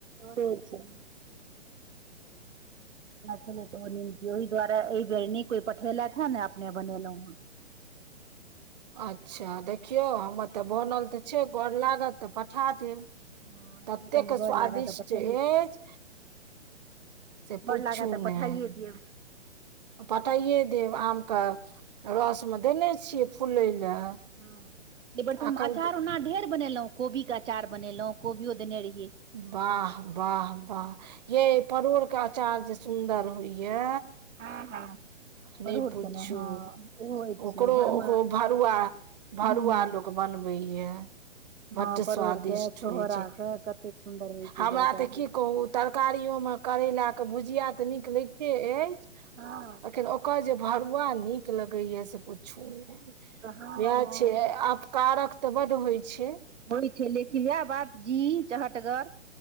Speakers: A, on the right (about 85°); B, on the right (about 40°).
A: करे छै छल ओ ओहि द्वारा ई बेर ने कोइ पठेलैत हन ने अपने बनेल हुाँ
B: अच्छा देखियौ हमर तऽ बनल तऽ छै गर लागत तऽ पठा देब
A: हँ से
B: तत्येक
A: कनि गोर
B: स्वदिष्ट
A: लागऽ तऽ पठाइए
B: ऐछ से
A: बड़
B: पूछू
A: लागै तऽ पठाइए
B: ने
A: दियौ
B: पटाइए देब आम कऽ रस मे देने छियै फुलय लए
A: हँ एहिबेर तऽ हम
B: अखन
A: अचार
B: त
A: ओना ढेर बनेलहुं कोबी के अचार बनेलहुं कोबियो देने रहि
B: वाह वाह वाह ये परोड़ के अचार जे सुंदर होइ ये
A: हँ हँ
B: नहि
A: परोड़
B: पूछू
A: के ने हँ ओहो होइत
B: ओकरो
A: छलै घरमे
B: ओकरो भरुआ भरुआ
A: हूँ
B: लोक तऽ बनबै ये बडड
A: हँ परोड़
B: स्वादिष्ट
A: के छोहरा
B: होइ छै
A: के कतेक सुन्दर होइ छै
B: हमरा
A: जे अचार
B: तऽ की कहू तरकारियो मे करैला कऽ भुजिया तऽ नीक लगिते ए
A: हँ
B: अखिन ओकर जे भरुआ नीक लगेया से पुछू ने
A: हँ हँ
B: वैएह छै अपकारक तऽ बड होइ छै
A: होइ छै लेकिन इएह बात जी चहटगर